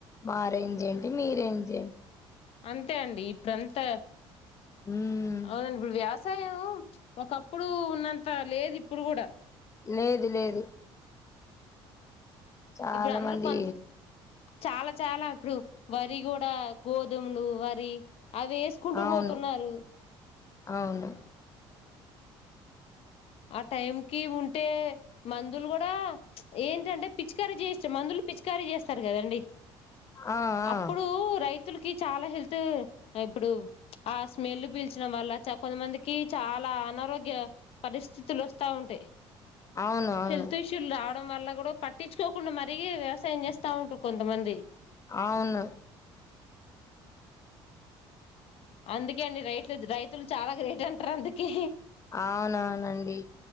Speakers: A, on the left (about 25°); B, on the left (about 60°).
A: మా రేంజెంటి మీ రేంజెం
B: అంతే అండి ఇప్పుడంతా
A: హ్మ్.
B: అవునండి ఇప్పుడు వ్యవసాయం ఒకప్పుడు ఉన్నంత లేదు ఇప్పుడు కూడా
A: లేదు లేదు చాలా
B: ఇప్పుడందరు
A: మంది
B: కొంత చాలా చాలా ఇప్పుడు వరి గూడా గోధుమ్లు వరి అవేస్కుంటూ
A: అవును
B: పోతున్నారు
A: అవును
B: ఆ టైం కి ఉంటే మందులు గూడా ఏంటంటే పిచ్చికారీ చేస్తే మందులు పిచికారీ చేస్తారు కదండి
A: ఆ ఆ
B: అప్పుడూ రైత్ తులకి చాలా హెల్త్ ఇప్పుడు ఆ స్మెల్ పీల్చడం వల్ల చ కొంతమందికి చాల అనారోగ్య పరిస్థితులు వస్తా ఉంటాయి
A: అవును అవును
B: హెల్త్ ఇష్యుల్ రా డం వల్ల కూడా పట్టించుకోకుండా మరీ వ్యవసాయం చేస్తా ఉంటారు కొంతమంది
A: అవును
B: అందుకే అండి రైట్లు రైతులు చాలా గ్రేట్ అంటారు అందుకే
A: అవునవునండి